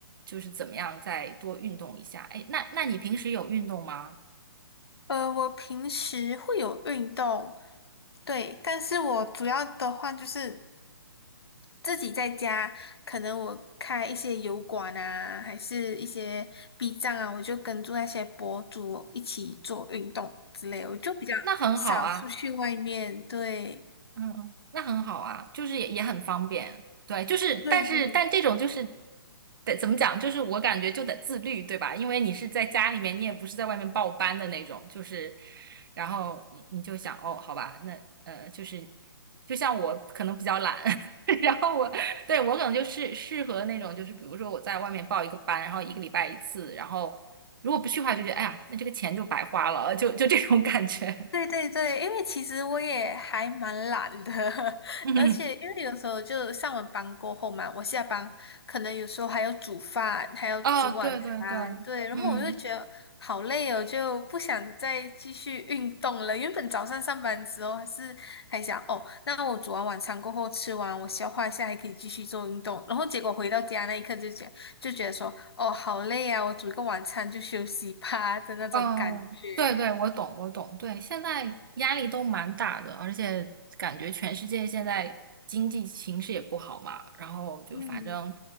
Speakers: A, on the right; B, on the left.
A: 就是怎么样再多运动一下。哎，那那你平时有运动吗？
B: 呃，我平时会有运动，对，但是我主要的话就是自己在家，可能我开一些油管啊，还是一些 B 站啊，我就跟住那些博主一起做运动之类，我就比较少出去外面，
A: 那很好啊。
B: 对，
A: 嗯嗯，那很好啊，就是也也很方便，对，就是但是但这种就是
B: 对对。
A: 得怎么讲，就是我感觉就得自律，对吧？因为你是在家里面，你也不是在外面报班的那种，就是然后你你就想哦，好吧，那呃就是就像我可能比较懒，<laughs> 然后我对我可能就是适合那种就是比如说我在外面报一个班，然后一个礼拜一次，然后如果不去的话，就觉得哎呀，那这个钱就白花了，就就这种感觉，
B: 对对对，因为其实我也还蛮懒的，
A: <laughs> 嗯，
B: <laughs> 而且因为有时候就上完班过后嘛，我下班可能有时候还要煮饭，还要煮晚餐，
A: 哦，对对对。
B: 对，然后我就觉得好累哦，
A: 嗯，
B: 就不想再继续运动了。原本早上上班之后还是还想哦，那我煮完晚餐过后吃完，我消化一下还可以继续做运动，然后结果回到家那一刻就觉就觉得说哦好累啊，我煮一个晚餐就休息吧 <laughs> 的那种感觉，
A: 嗯，对对，我懂，我懂。对，现在压力都蛮大的，而且感觉全世界现在经济形势也不好嘛，然后就反正
B: 嗯。